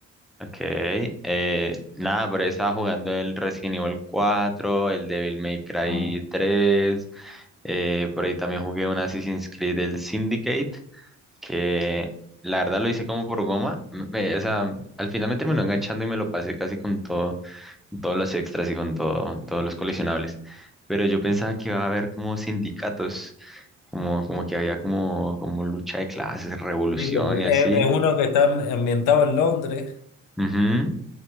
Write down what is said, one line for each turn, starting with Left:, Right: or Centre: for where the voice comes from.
Centre: Ok, eh, nada, pero estaba jugando el Resident Evil cuatro, el Devil May Cry
Left: Ah,
Centre: tres, eh, por ahí también jugué un Assassin's Creed, el Syndicate, que la verdad lo hice como por goma, m- me- o sea, al final me terminó enganchando y me lo pasé casi con todo, con todos los extras y con todo, todos los coleccionables, pero yo pensaba que iba a haber como sindicatos, como, como que había como, como lucha de clases, revolución
Left: Sí, porque es,
Centre: y así.
Left: es uno que está ambientado en Londres.
Centre: Ujú.